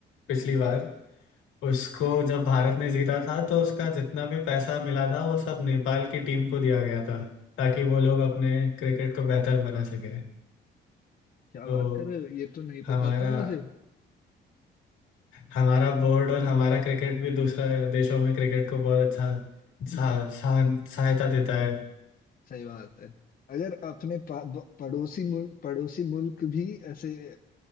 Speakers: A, on the left; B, on the left.
A: पिछली बार उसको जब भारत ने जीता था तो उसका जितना भी पैसा मिला था वो सब नेपाल की टीम को दिया गया था ताकि वो लोग अपने क्रिकेट को बेहतर बना सके
B: क्या
A: तो
B: बात कर रहे हो ये तो नहीं
A: हमारा
B: पता था मुझे
A: हमारा बोर्ड और हमारा क्रिकेट भी दूसरे देशों में क्रिकेट को बहुत अच्छा सहा- सहा- सहायता देता है
B: सही बात है अगर अपने पा- ब- पड़ोसी मुल्क पड़ोसी मुल्क भी ऐसे